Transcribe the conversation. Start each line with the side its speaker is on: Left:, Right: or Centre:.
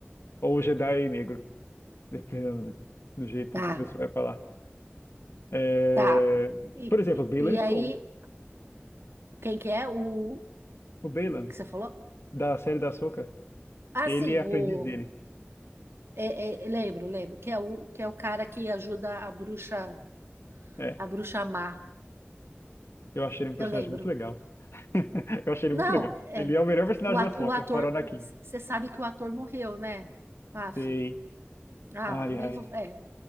Left: Ou Jedi negro, <laughs> dependendo do jeito
Right: Tá,
Left: que você vai falar. É,
Right: tá. E,
Left: Por exemplo,
Right: e,
Left: Baylan
Right: e
Left: Skoll.
Right: aí, quem que é? O
Left: O Baylan,
Right: que você falou?
Left: da série da Ahsoka,
Right: Ah,
Left: ele
Right: sim,
Left: é aprendiz
Right: o
Left: dele.
Right: é- é, lembro, lembro, que é o que é o cara que ajuda a bruxa,
Left: É,
Right: a bruxa má.
Left: eu achei ele um
Right: Eu
Left: personagem
Right: lembro.
Left: muito legal. <laughs> Eu achei ele
Right: Não,
Left: muito legal.
Right: é,
Left: Ele é o melhor personagem
Right: O, at-
Left: da Ahsoka,
Right: o ator,
Left: fora o Anakin.
Right: você sabe que o ator morreu, né? Aff.
Left: Sei.
Right: Ah,
Left: Ai,
Right: nem
Left: ai.
Right: vou. É,